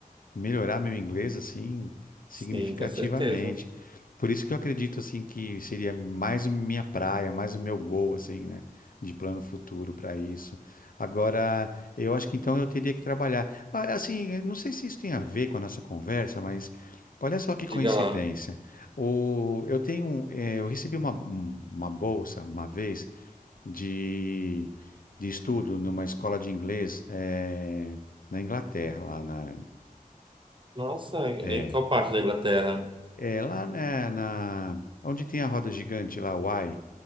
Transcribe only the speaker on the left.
melhorar meu inglês assim significativamente.
Por isso que eu acredito assim que seria mais a minha praia, mais o meu gol assim, né, de plano futuro para isso. Agora, eu acho que então eu teria que trabalhar. Ah, Assim, eu não sei se isso tem a ver com a nossa conversa, mas olha só que coincidência.
O, eu tenho, um- eh, eu recebi uma, um- uma bolsa uma vez de, de estudo numa escola de inglês eh, na Inglaterra, lá na,
é.
É lá né, na. Onde tem a roda gigante lá, o Y.